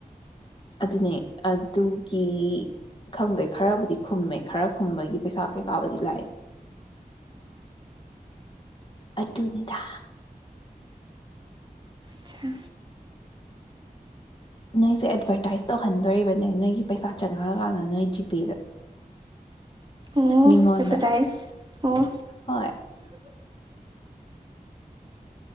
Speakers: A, on the left; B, on the right.
A: ꯑꯗꯨꯅꯦ ꯑꯗꯨꯒꯤ ꯈꯪꯗꯦ ꯈꯔꯕꯨꯗꯤ ꯈꯨꯝꯃꯦ ꯈꯔ ꯈꯨꯝꯕꯒꯤ ꯄꯩꯁꯥ ꯀꯩꯀꯥꯕꯨꯗꯤ ꯂꯥꯛꯑꯦ ꯑꯗꯨꯅꯤꯗ
B: ꯑꯆꯥ
A: ꯅꯣꯏꯁꯦ ꯑꯦꯠꯚꯔꯇꯥꯏꯁ ꯇꯧꯍꯟꯗꯣꯔꯤꯕꯅꯦ ꯅꯣꯏꯒꯤ ꯄꯩꯁꯥ ꯆꯪꯉꯛꯑꯀꯥꯟꯗ ꯅꯣꯏ ꯖꯤꯄꯦꯗ
B: ꯑꯦꯠꯚꯔꯇꯥꯏꯁ
A: ꯃꯤꯉꯣꯟꯗ
B: ꯑꯣ
A: ꯍꯣꯏ